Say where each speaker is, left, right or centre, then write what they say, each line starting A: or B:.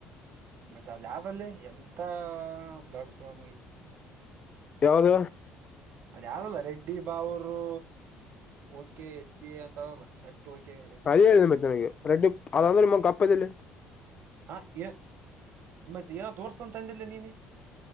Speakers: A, on the right; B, on the left.
A: ಮತ್ತ ಅಲ್ಲಿ ಆದ್ ಅಲ್ಲ ಲೇ ಎಂತ ದಡ್ಡ ಸೂಳೆ <unintelligible> ಮಗ ಇದ್ದಿ
B: ಯಾವ್ದ
A: ಅದ ಯಾವ್ದಲ್ಲ ರೆಡ್ಡಿ ಬಾವರು ಓಕೆ ಎಸ್ ಬಿ ಅಂತ ಅದಲ್ಲ ಓಕೆ ಎಸ್
B: ಅರಿ
A: ಬಿ
B: <unintelligible>
A: ಐ
B: ಪ್ರಚನೆಗೆ ರೆಡ್ ಅ ರ ಕಪ್ಪದಿಲ್ಲ
A: ಹಾ ಯ ಮತ್ತೆ ಏನ ತೋರ್ಸ್ಂತ ಅಂದಿಲ್ಲ ನೀನೇ